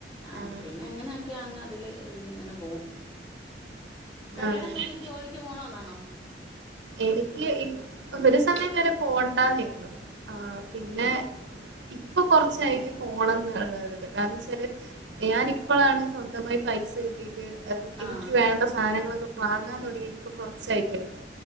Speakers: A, on the left; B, on the right.
A: ആഹ
B: ആഹ്
A: പിന്നെ അങ്ങനെയൊക്കെ അ തില ഇങ്ങനെ പോകും കല്യാണം
B: ആഹ്
A: കഴിഞ്ഞിട്ട് ജോലിക്ക് പോണന്നാണോ
B: എനിക്ക് ഒരു സമയം വരെ പോണ്ടനയിനു ആഹ പിന്നെ
A: ഉം
B: ഇപ്പൊ കൊറച്ചായിട്ട് പോണം എന്നുള്ളത് കാരണം വച്ചാല് ഞാൻ ഇപ്പോഴാണ് സ്വന്തമായി പൈസ കിട്ടി എനിക്ക്
A: ആഹ്
B: വേണ്ട സാധനങ്ങളൊക്കെ വാങ്ങാൻ തുടങ്ങിട്ട ഇപ്പൊ കൊറച്ചായിട്ടായിരുന്നു